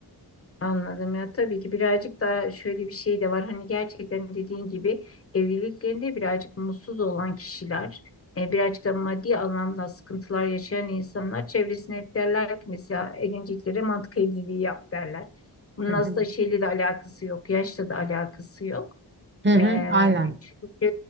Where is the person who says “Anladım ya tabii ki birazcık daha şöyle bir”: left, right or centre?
Left